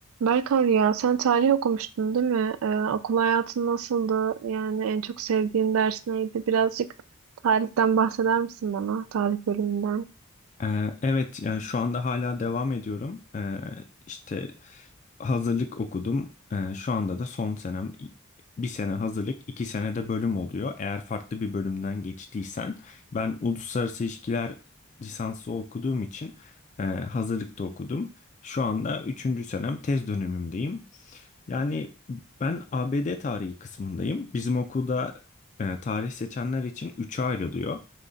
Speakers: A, on the right (about 75°); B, on the left (about 35°).
A: Berkan ya sen tarih okumuştun değil mi? Ee, okul hayatın nasıldı? Yani en çok sevdiğin ders neydi? Birazcık tarihten bahseder misin bana? Tarih bölümünden.
B: Ee, Evet, yani şu anda hala devam ediyorum. Ee, işte hazırlık okudum. Ee, şu anda da son senem. İ- Bir sene hazırlık, iki sene de bölüm oluyor. Eğer farklı bir bölümden geçtiysen, ben uluslararası ilişkiler lisansı okuduğum için e, hazırlıkta okudum. Şu anda üçüncü senem tez dönemimdeyim. Yani ben ABD tarihi kısmındayım. Bizim okulda e, tarih seçenler için üçe ayrılıyor.